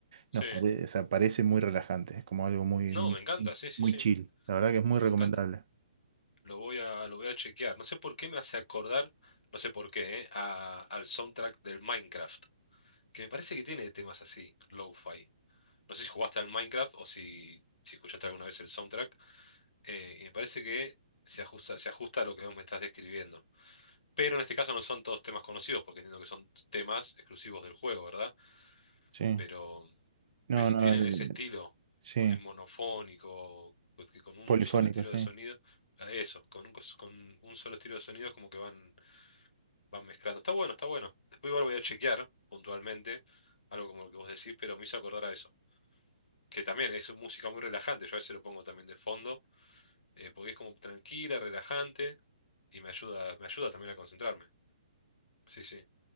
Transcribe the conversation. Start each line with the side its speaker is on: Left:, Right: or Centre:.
Left: sí.
Right: nos parece, o sea, parece muy relajante, es como algo muy,
Left: No,
Right: muy,
Left: me encanta, sí, sí,
Right: muy
Left: sí,
Right: chill. La verdad que es muy
Left: me
Right: recomendable.
Left: encanta. Lo voy a, lo voy a chequear. No sé por qué me hace acordar, no sé por qué, eh, a- al soundtrack del Minecraft, que me parece que tiene temas así, lo-fi. No sé si jugaste al Minecraft o si, si escuchaste alguna vez el soundtrack. eh, y me parece que se ajusta, se ajusta a lo que vos me estás describiendo. Pero en este caso no son todos temas conocidos, porque entiendo que son temas exclusivos del juego, ¿verdad?
Right: Sí.
Left: Pero,
Right: No,
Left: pero
Right: no,
Left: tienen
Right: el-
Left: ese estilo
Right: sí,
Left: mo- eh, monofónico, pues, que con un
Right: polifónico,
Left: solo estilo
Right: sí.
Left: de sonido. ah, Eso, con un, cos- con un solo estilo de sonido es como que van, van mezclando. Está bueno, está bueno. Después igual voy a chequear puntualmente algo como lo que vos decís, pero me hizo acordar a eso. que también es música muy relajante, yo a veces lo pongo también de fondo, eh, porque es como tranquila, relajante, y me ayuda, me ayuda también a concentrarme. Sí, sí.